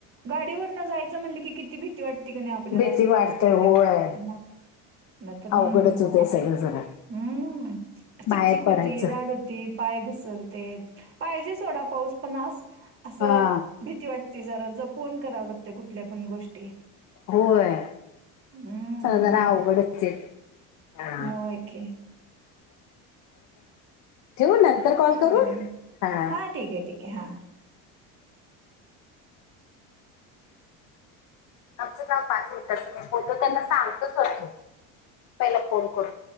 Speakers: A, on the right (about 40°); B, on the left (about 55°).
A: गाडीवरनं जायचं म्हटलं की किती भीती वाटती की नाही आपल्याला
B: भीती
A: असं
B: वाटतेय
A: पाऊस पडल्यावर
B: होय.
A: मग न तर्
B: अवघडच होतय
A: आपली
B: सगळं जरा
A: हम्म चिकचक
B: बाहेर
A: होती
B: पडायचं.
A: राड होती पाय घसरते पाय जे सोडा पाऊस पण अस
B: हा.
A: भीती वाटते ती जरा जपून कराव लागते कुठल्या पण गोष्टी
B: होय
A: हम्म
B: सजार अवघडच येत हा
A: होय कि
B: ठेऊ नंतर कॉल करू
A: नाही
B: हा
A: ठीक आहे ठीक आहे हा
B: आमचं काय पाच मिनीटांचं त्यांना सांगतोच होतो पहिला फोन करून